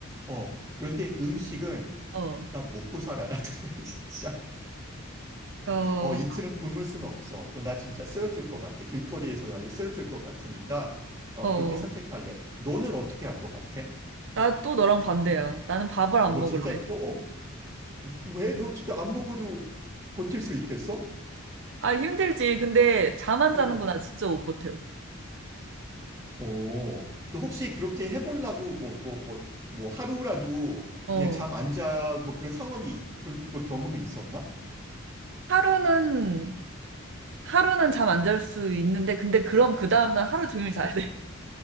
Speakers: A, on the right (about 15°); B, on the right (about 55°).
A: 어, 그런데 음식은
B: 어,
A: 나 먹고 살아야 돼, <laughs> 진짜.
B: 어,
A: 어, 이틀은 굶을 수는 없어. 그럼 나 진짜 쓰러질 것 같아. 길거리에서 나도 쓰러질 것 같으니까, 어,
B: 어.
A: 그렇게 선택할래. 너는 어떻게 할 것 같아?
B: 나 또 너랑 반대야. 나는 밥을
A: 어,
B: 안 먹을래.
A: 진짜 또? 왜? 너 진짜 안 먹어도 버틸 수 있겠어?
B: 아, 힘들지. 근데 잠 안
A: 어.
B: 자는 거 나 진짜 못 버텨.
A: 어, 너 혹시 그렇게 해보려고 뭐, 뭐, 뭐, 뭐 하루라도
B: 어.
A: 그냥 잠 안 자, 뭐 그런 상황이, 그런 뭐 경험이 있었나?
B: 하루는, 하루는 잠 안 잘 수 있는데, 근데 그럼 그 다음날 하루 종일 자야 돼.